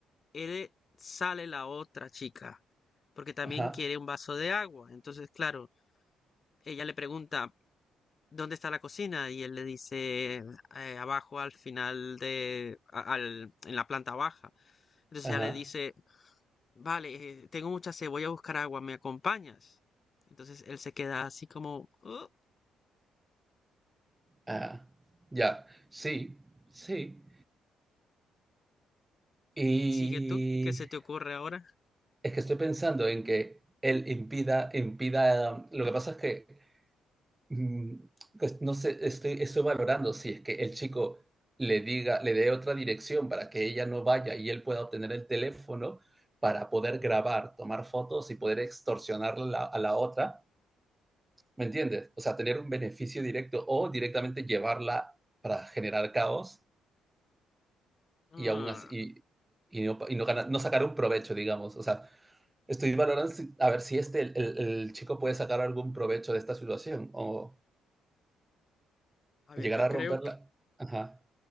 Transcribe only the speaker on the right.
Ajá,
ajá.
Ah, ya. Sí, sí. Y...
Es que estoy pensando en que él impida, impida, lo que pasa es que Mm, Pues no sé, estoy, estoy valorando si es que el chico le diga, le dé otra dirección para que ella no vaya y él pueda obtener el teléfono para poder grabar, tomar fotos y poder extorsionar la- a la otra, ¿me entiendes? O sea, tener un beneficio directo o directamente llevarla para generar caos
y aún así, y, y no, y no ganar- no sacar un provecho, digamos. O sea, estoy valorando si- a ver si este, el, el- el chico puede sacar algún provecho de esta situación o
llegar
a
romperla.
Ajá.